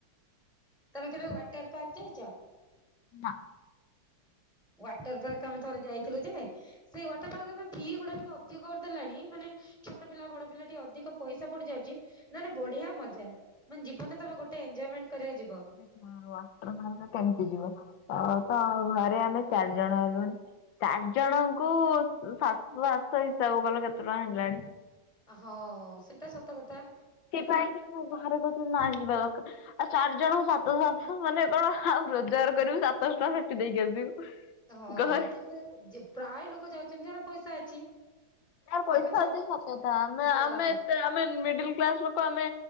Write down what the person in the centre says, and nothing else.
ତେ କେବେ ୱଟର ପାର୍କ ଯାଇଚ?
ୱାଟର ପାର୍କ ଆମେ ଥରେ ଯାଇଥିଲୁ ଯେ ସେଇ ୱାଟର ପାର୍କ ଏବେ ଫି ଗୁଡା ଟିକେ ଅଧିକ କରିଦେଲାଣି ମାନେ ଛୋଟ ପିଲା ବଡ ପିଲା ଟିକେ ଅଧିକ ପଇସା ପଡି ଯାଉଚି ନହେଲେ ବଢିଆ ମଜା ମାନେ ଜୀବନ ର ତମେ ଗୋଟେ ଏଞ୍ଜୟେମେଣ୍ଟ କରିବାକୁ ଯିବ।
ହଁ ସେଟା ସତ କଥା।
ହଁ
କିନ୍ତୁ ଯେ ପ୍ରାୟ ଲୋକ ଯାଉଚନ୍ତି ଯାହାର ପଇସା ଅଛି।
ଆମେ ଥ
ହଁ